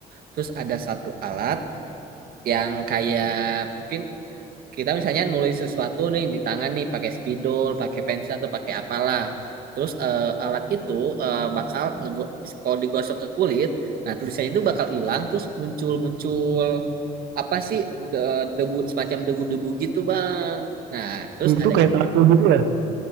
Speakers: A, on the right; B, on the right.
A: Terus ada satu alat yang kayak mungkin kita misalnya nulis sesuatu nih di tangan nih pakai spidol, pakai pensil atau pakai apalah. Terus eh, alat itu eh, bakal ngego- kalau digosok ke kulit, nah tulisannya itu bakal hilang terus muncul-muncul apa sih de- debu semacam debu-debu gitu, Bang. Nah, terus
B: Itu
A: ada
B: kayak
A: ini.
B: tato gitu ya.